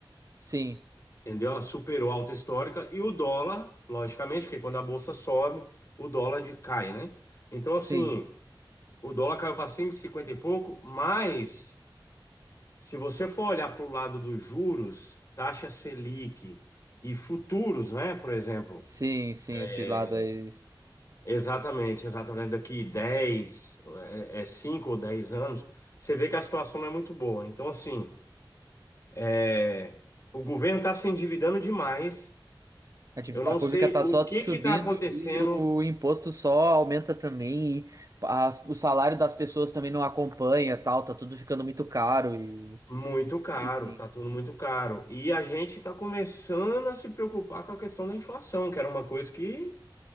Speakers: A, on the right (about 40°); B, on the left (about 35°).
A: Sim,
B: entendeu? Ela superou a alta histórica e o dólar, logicamente, porque quando a bolsa sobe, o dólar de- cai, né? Então,
A: sim,
B: assim, o dólar caiu para cinco e cinquenta e pouco, mas se você for olhar para o lado dos juros, taxa Selic e futuros, né? Por exemplo,
A: sim, sim,
B: é,
A: esse lado aí.
B: exatamente, exatamente, daqui 10, é, é 5 ou 10 anos, você vê que a situação não é muito boa. Então, assim, é, o governo está se endividando demais
A: A dívida
B: Eu não
A: pública
B: sei
A: tá
B: o
A: só
B: que
A: subindo
B: que está acontecendo.
A: e o imposto só aumenta também. E as- o salário das pessoas também não acompanha, tal, tá tudo ficando muito caro e,
B: Muito caro,
A: enfim.
B: tá tudo muito caro. E a gente está começando a se preocupar com a questão da inflação, que era uma coisa que